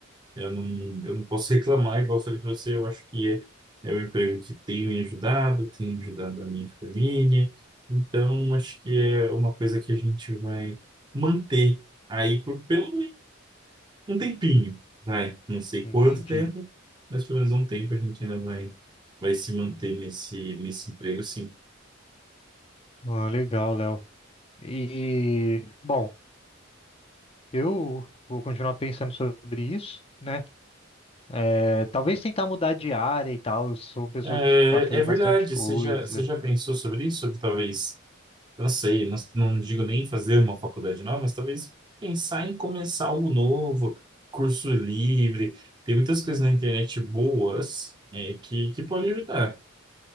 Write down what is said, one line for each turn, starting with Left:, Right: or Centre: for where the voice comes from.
Right: eu não, eu não posso reclamar, igual eu falei para você, eu acho que é, é um emprego que tem me ajudado, tem ajudado a minha família. Então, acho que é uma coisa que a gente vai manter aí por pelo um tempinho, vai, não sei
Left: Entendi.
Right: quanto tempo, mas pelo menos um tempo a gente ainda vai, vai se manter nesse, nesse emprego, sim.
Left: Ah, legal, Léo. E, bom, eu vou continuar pensando sobre isso, né? É, talvez tentar mudar de área e tal. Eu sou uma pessoa
Right: É,
Left: que sabe fazer
Right: é verdade,
Left: bastante coisa.
Right: você já, você já pensou sobre isso? Sobre talvez, eu não sei, não, não digo nem fazer uma faculdade nova, mas talvez pensar em começar algo novo, curso livre, tem muitas coisas na internet boas, é, que, que pode ajudar.